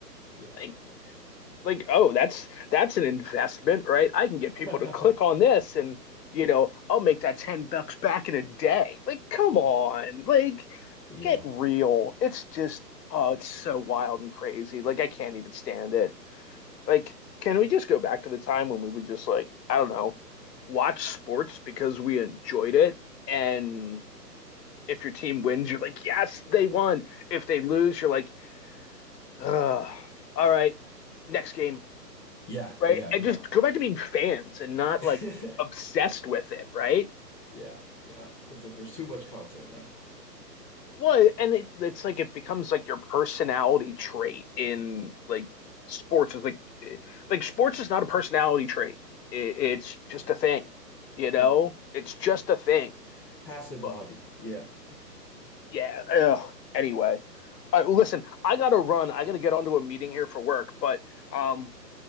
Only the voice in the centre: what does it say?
Yeah,
yeah,
<laughs> yeah,
yeah.
No.
<laughs>
Yeah, yeah. It's like there's too much content now.
Yeah.
Passive
hobby. Yeah.